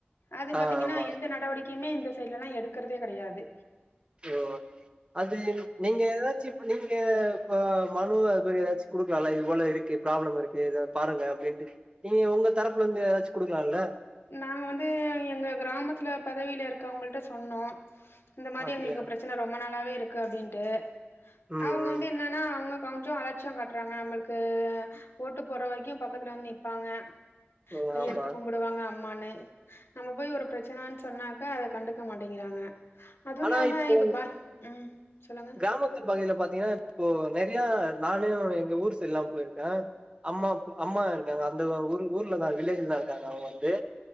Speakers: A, on the left; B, on the right.
A: அது
B: ஆ
A: பாத்தீங்கன்னா
B: ஆமா
A: எந்த நடவடிக்கையுமே இந்த சைடுல்லா எடுக்குறதே கெடயாது
B: ஓ அது நீங்க ஏதாவத் ச்சி இப்ப நீங்க இப்ப மனு அது மாரி ஏதாச்சூ குடுக்குலான்ல்ல இவ்ளோ இருக்கு பிராபளம் இருக்கு இத பாருங்க அப்புடின்ட்டு நீங்க உங்க தரப்புல இருந்து ஏதாச்சூ குடுக்கலான்ல்ல
A: நாங்க வந்து எங்க கிராமத்துல பதவியில இருக்கவங்களிட்ட சொன்னோ இந்த மாதிரி
B: அப்டியா
A: எங்களுக்கு பிரச்சனை ரொம்ப நாளாகவே இருக்கு அப்புடின்ட்டு
B: ம்
A: அவுங்க வந்து
B: ம்
A: என்னன்னா அவுங்க கொஞ்சோ அலட் சியோ காட்டுறாங்க நம்ளுக்கு ஓட்டு போற வரைக்கூ பக்கத்துல வந்து நிப்பாங்க
B: ஓ
A: கைய
B: ஆமா
A: எடுத்து கும்புடுவாங்க அம்மான்னு நம்ம போய் ஒரு பிரச்சனன்னு சொன்னாக்க அதை கண்டுக்க மாட்டேங்கிறாங்க அதுவூ
B: ஆனா
A: இல்லாம
B: இப்போ
A: இப்பே பா ம் சொல்லுங்க
B: கிராமத்து பகுதியில பாத்தீங்கன்னா இப்போ நெரிய நானேஎங்க ஊர் சைடுலா போயிருக்கே அம்மா வு அம்மா இருக்காங்க அந்த ஊர் ஊர்லதா வில்லேஜ்லதா இருக்காங்க அவுங்க வந்து